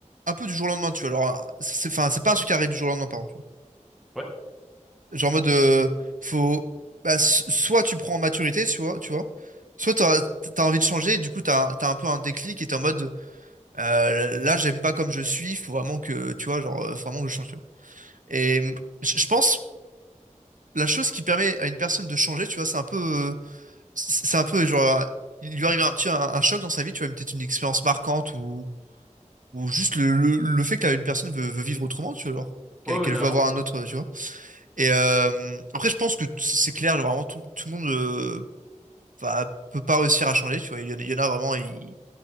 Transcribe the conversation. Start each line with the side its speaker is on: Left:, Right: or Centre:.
Right: un peu du jour au lendemain, tu vois. Alors, euh, c'est enfin, c'est pas un truc qui arrive du jour au lendemain, par exemple.
Centre: Ouais.
Right: Genre en mode, euh, faut, bah, s- soit tu prends en maturité, tu vois, tu vois, soit t'as, t'as envie de changer, et du coup t'as, t'as un peu un déclic et t'es en mode, euh, là j'aime pas comme je suis, faut vraiment que, tu vois, genre, euh, faut vraiment que je change, tu vois. Et hum, je je pense, la chose qui permet à une personne de changer, tu vois, c'est un peu, euh, c'est c'est un peu genre, euh, il lui arrive un petit, un, un choc dans sa vie, tu vois, peut-être une expérience marquante ou, ou juste le, le, le fait que une personne veut, veut vivre autrement, tu vois, alors, qu'elle
Centre: Ouais,
Right: qu'elle
Centre: ouais, carrément.
Right: veut avoir un autre, tu vois. Et euh, après, je pense que t- c'est clair, vraiment, tout, tout le monde euh, va- peut pas réussir à changer, tu vois. Il y, en a il y en a vraiment, ils-